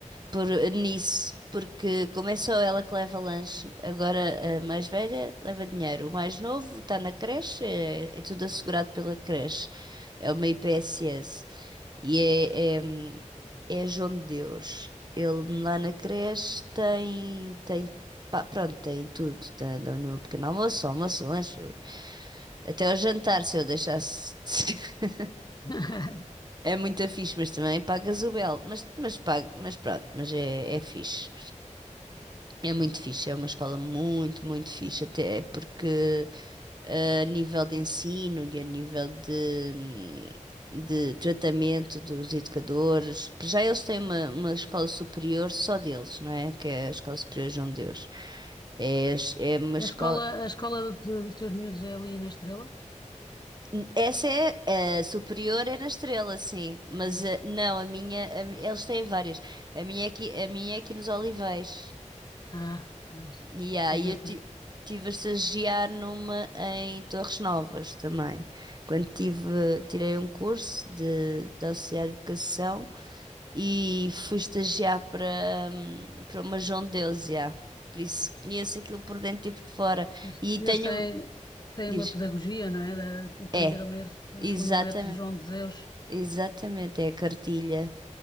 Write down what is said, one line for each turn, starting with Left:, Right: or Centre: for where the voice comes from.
Right: por, nisso, porque como é só ela que leva lanche, agora a mais velha leva dinheiro, o mais novo está na creche, é, é tudo assegurado pela creche, é uma IPSS. E é, é, é João de Deus. Ele lá na creche tem, tem, pá, pronto, tem tudo. Tá, dão no pequeno almoço, almoço, lanche, até o jantar, se eu deixasse. <laughs>
Left: <laughs>
Right: É muito fixe, mas também pagas o belo. Mas, mas, paga, mas pronto, mas é, é fixe. É muito fixe, é uma escola muito, muito fixe, até porque a nível de ensino e a nível de, hum, de tratamento dos educadores. Para Já eles têm uma, uma escola superior só deles, não é? Que é a Escola Superior João de Deus. É, as- é uma escola.
Left: A escola, a escola do- do- dos teus miúdos é ali na Estrela?
Right: hum, Essa é a superior, é na Estrela, sim. Mas
Left: É.
Right: eh, não, a minha, a mi- eles têm várias. A minha é aqui, a minha é aqui nos Olivais.
Left: Ah, pronto.
Right: E aí
Left: Pois é.
Right: eu
Left: tu-
Right: ti- tive a estagiar numa em Torres Novas também. Quando tive, tirei um curso de, de auxiliar de educação e fui estagiar para, hum, para uma João de Deus, já. Por isso conheço aquilo por dentro e por fora.
Left: pois.
Right: E
Left: Eles
Right: tenho,
Left: têm, têm
Right: diz,
Left: uma pedagogia, não é? De aprender
Right: é,
Left: a ler
Right: exatamente,
Left: segundo o método João de Deus.
Right: exatamente, é a cartilha.